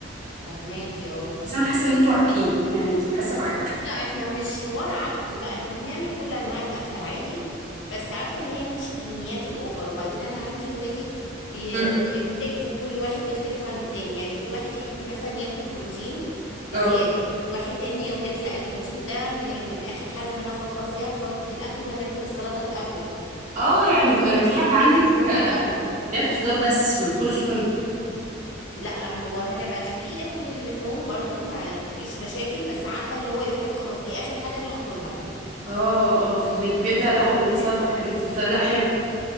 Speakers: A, on the left (about 80°); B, on the right (about 40°).
A: فهماكي اه
B: بس انا حاسه ان انتوا عاكين يعني حاسه بعك
A: لا احنا مش حوار عك لا احنا بنعمل كل انواع الاكل عادي بس عارفه اللي هي مش الكميات الاوفر وبعدين انا عندي ولادي بي-
B: مم.
A: بيختلفوا كل واحد بيختلف عن التاني يعني في واحد يحب مثلا ياكل بروتين بزياده
B: اه
A: في واحد تاني يقول لك لا البروتين ده م- من اخر حاجه ان انا افكر فيها في وجبه الاكل وناكل السلطه الاول
B: اه يعني آه،
A: واحد
B: في حد عندك
A: تاني شوربه
B: آه،
A: الاول
B: بياكل خضار بس ما بياكلش لحوم
A: لا هو هنبقى خليه ياكل اللحوم برضو ما فيش مشاكل بس عارفه اللي هو يقول لك خلاص دي اخر حاجه انا هاكلها
B: اه اه فهماكي بيبدا الاول
A: فاهمة
B: بالسلطه
A: إزاي؟
B: والحاجات دي فلا حلو